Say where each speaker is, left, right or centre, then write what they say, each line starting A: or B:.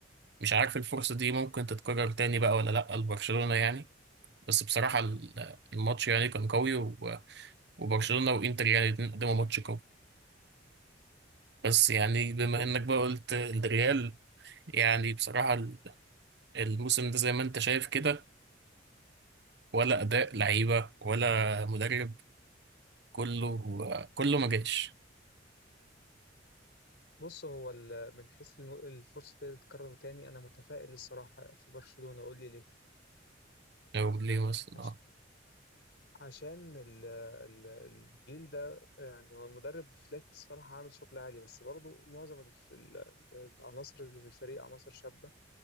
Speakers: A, on the right (about 60°); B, on the left (about 65°).
A: مش عارف الفرصة دي ممكن تتكرر تاني بقى ولا لأ لبرشلونة يعني بس بصراحة ال- الماتش يعني كان قوي و- وبرشلونة وإنتر يعني الاتنين قدموا ماتش قوي بس يعني بما
B: ب-
A: إنك بقى قلت الريال يعني بصراحة ال- الموسم ده زي ما أنت شايف كده ولا أداء لعيبة ولا مدرب كله كله ما جاش
B: بص هو ال- من حيث الم- الفرصة دي تتكرر تاني أنا متفائل الصراحة في برشلونة قول لي ليه
A: لو ليه مثلا
B: عش-
A: اه
B: عشان ال- ال- الجيل ده يعني هو المدرب فليك الصراحة عامل شغل عالي بس برضه معظم الف- ال- العناصر اللي في الفريق عناصر شابة